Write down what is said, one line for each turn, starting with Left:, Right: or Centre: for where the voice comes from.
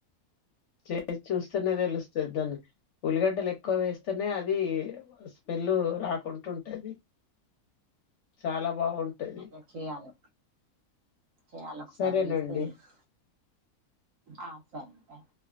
Left: చేసి చూస్తేనే తెలుస్తది దాన్ని ఉల్లిగడ్డలు ఎక్కువ వేస్తేనే అది స్మెల్ రాకుంటుంటంది చాలా బాగుంటది
Right: అదె చేయాలి చేయాలొకసారి
Left: సరేనండి
Right: జేస్తే తెల్స్ ఆ సరే థ్యాంక్